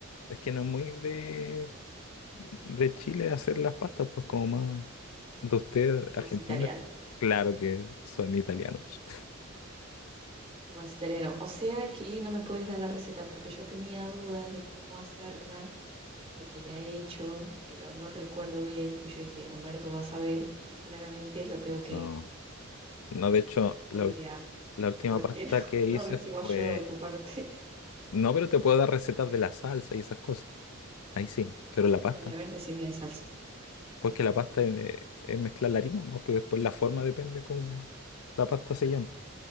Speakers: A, on the left (about 85°); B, on the right (about 30°).
A: Es que no es muy de, de Chile hacer las pastas, pues como más de ustedes argentinos.
B: más italiano,
A: claro que son italianos.
B: más italiano. O sea que no me puedes dar la receta porque yo tenía dudas de cómo hacerla, porque la he hecho, pero no recuerdo bien. Y yo dije, Humberto va a saber y claramente lo tengo que
A: No, no, de hecho,
B: googlear
A: la, ul- la última
B: porque
A: pasta
B: no, <laughs>
A: que
B: no
A: hice
B: recibo ayuda
A: fue...
B: de tu parte. <laughs>
A: No, pero te puedo dar recetas de la salsa y esas cosas. Ahí sí, pero
B: Ah, bueno,
A: la pasta.
B: dale, a ver, decime de salsa.
A: Porque la pasta es, es mezclar la harina, ¿no? Pues después la forma depende cómo la pasta se llama.